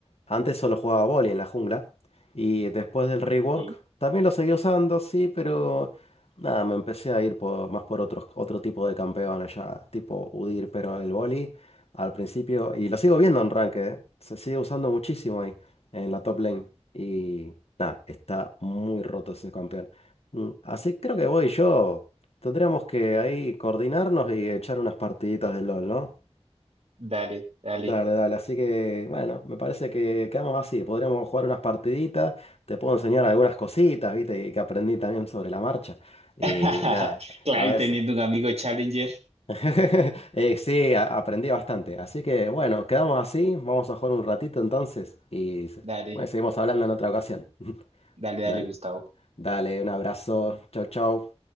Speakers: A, on the left; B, on the right.
A: antes solo jugaba boli en la jungla. Y después del rework
B: sí,
A: también lo seguí usando, sí, pero nada, me empecé a ir por, más por otros, otro tipo de campeones ya, tipo Udir, pero el boli al principio, y lo sigo viendo en Ranked, ¿eh? Se sigue usando muchísimo ahí, en la top lane. Y nada, está muy roto ese campeón. Mm, Así creo que voy yo tendríamos que ahí coordinarnos y echar unas partiditas de LOL, ¿no?
B: dale, dale.
A: Dale, dale, así que bueno, me parece que quedamos así, podríamos jugar unas partiditas, te puedo enseñar algunas cositas, viste, y que aprendí también sobre la marcha. Y
B: <laughs>
A: nada,
B: Claro,
A: a ver,
B: y teniendo un amigo Challenger,
A: <laughs> Eh, sí, a- aprendí bastante. Así que bueno, quedamos así. Vamos a jugar un ratito entonces. Y se-
B: dale,
A: bueno, seguimos hablando en otra ocasión. <laughs>
B: dale, dale,
A: Dale,
B: Gustavo.
A: dale, un abrazo. Chau, chau.